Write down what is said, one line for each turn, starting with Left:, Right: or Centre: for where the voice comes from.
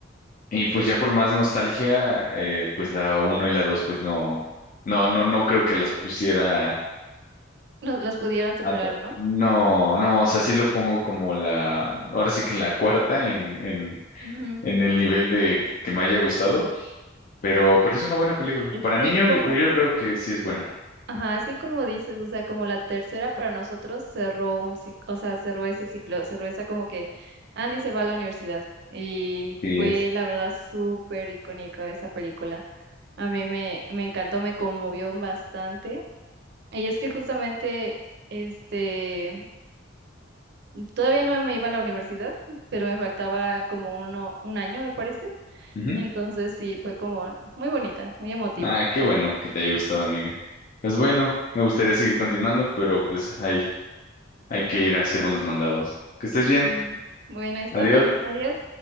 Left: Y
Right: sí,
Left: pues ya por más nostalgia, eh, pues la uno y la 2 pues no, no, no, no creo que las pusiera.
Right: los, los pudiera superar,
Left: a ta-
Right: ¿no?
Left: no, no, o sea, sí lo pongo como la, ahora sí que la cuarta en, en,
Right: Ujú.
Left: en el nivel de que, que me haya gustado, pero, pero es una buena película.
Right: Es
Left: Para
Right: que
Left: niños
Right: como,
Left: yo, yo creo que sí es buena.
Right: ajá, es que como dices, o sea, como la tercera para nosotros cerró un ciclo, o sea, cerró ese ciclo, cerró esa como que Andy se va a la universidad y
Left: Sí
Right: fue
Left: es.
Right: la verdad súper icónica esa película. A mí me, me encantó, me conmovió bastante. Y es que justamente, este... Todavía no me iba a la universidad, pero me faltaba como uno, un año, me parece.
Left: Ujú.
Right: Entonces sí, fue como muy bonita, muy emotiva.
Left: Ah, qué bueno que te haya gustado, amiga. Pues bueno, me gustaría seguir continuando, pero pues hay, hay que ir a hacer unos mandados. Que estés bien.
Right: Mm. Bueno, está
Left: Adiós.
Right: bien. Adiós.